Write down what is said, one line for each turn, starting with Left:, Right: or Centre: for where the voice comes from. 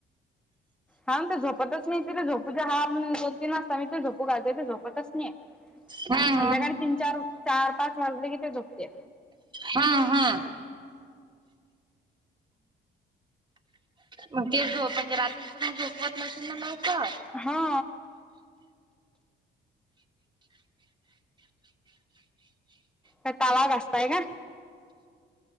Centre: हा म ती झोपतच नाय तिला झोपू हा दोन तीन वाजता मी पण झोपू घालतोय ती झोपतच नाय ये.
Right: हम्म
Centre: मं संध्याकाळी तीन चार चार पाच वाजले की ते झोपते.
Right: हा हा मग ती झोप म्हणजे रात्रीच पण झोपवत नशील ना लवकर
Centre: हा ता तवा घासताय ना